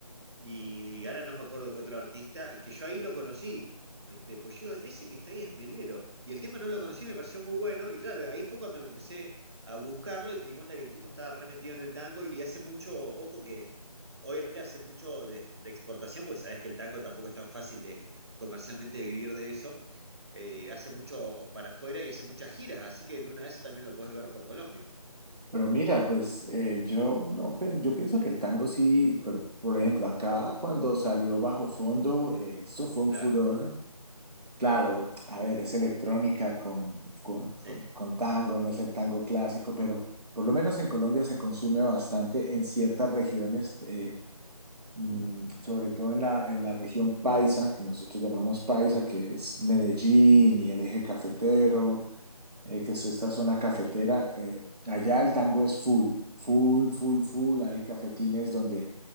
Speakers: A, on the right (about 40°); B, on the right (about 80°).
A: y, y ahora no me acuerdo qué otro artista, que yo ahí lo conocí. Este, pues yo, ese que está ahí es Melero. Y el tema no lo conocí, me pareció muy bueno. Y claro, ahí fue cuando me empecé a buscarlo y me di cuenta que el tipo estaba re metido en el tango y hace mucho, ojo que, obviamente hace mucho de, de exportación, porque sabes que el tango tampoco es tan fácil de comercialmente vivir de eso. Eh, hace mucho para afuera y hace muchas giras, así que en una de esas también lo puedes ver por Colombia.
B: Pero mira, pues eh, yo, no, pe- yo pienso que el tango sí, por, por ejemplo, acá cuando salió Bajo Fondo, eh, eso fue un
A: Claro,
B: furor. Claro, a ver, es electrónica con, con,
A: sí.
B: con- con tango, no es el tango clásico, pero por lo menos en Colombia se consume bastante en ciertas regiones, eh, mm, sobre todo en la, en la región paisa, que nosotros llamamos paisa, que es Medellín y el eje cafetero, eh, que es esta zona cafetera. eh, allá el tango es full, full, full, full. Hay cafetines donde